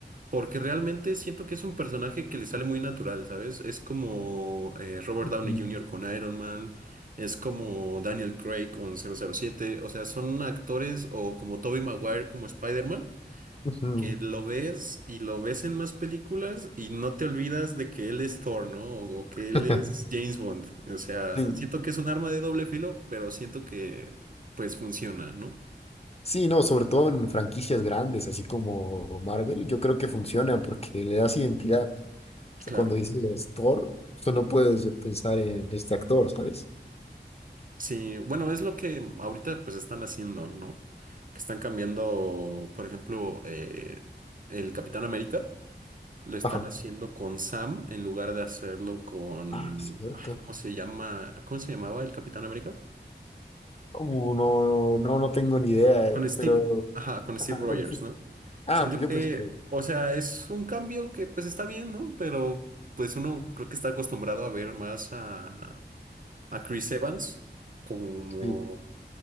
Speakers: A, on the right; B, on the left.
A: porque realmente siento que es un personaje que le sale muy natural, ¿sabes? Es como eh, Robert
B: ujú.
A: Downey Jr. con Iron Man, es como Daniel Craig con 007, o sea, son actores o como Tobey Maguire como Spider-Man,
B: ujú.
A: que lo ves y lo ves en más películas y no te olvidas de que él es Thor, ¿no? O, o que
B: <laughs>
A: él es James Bond, o sea,
B: Sí,
A: siento que es un arma de doble filo, pero siento que pues funciona, ¿no?
B: Sí, no, sobre todo en franquicias grandes, así como Marvel, yo creo que funciona porque le das identidad. O sea,
A: Claro.
B: cuando dices Thor, tú no puedes pensar en este actor, ¿sabes?
A: Sí, bueno, es lo que ahorita pues están haciendo, ¿no? Que están cambiando, por ejemplo, eh, el Capitán América, lo están
B: Ajá.
A: haciendo con Sam en lugar de hacerlo con,
B: Ah, cierto.
A: ay, ¿cómo se llama? ¿Cómo se llamaba el Capitán América?
B: Uh, no, no, no, no tengo ni idea,
A: Con
B: eh,
A: Steve,
B: pero...
A: ajá, con
B: ajá,
A: Steve Rogers,
B: bueno, sí.
A: ¿no?
B: Ah,
A: Siento
B: pues
A: que,
B: yo pensé que...
A: o sea, es un cambio que pues está bien, ¿no? Pero pues uno creo que está acostumbrado a ver más a, a Chris Evans como,
B: Sí,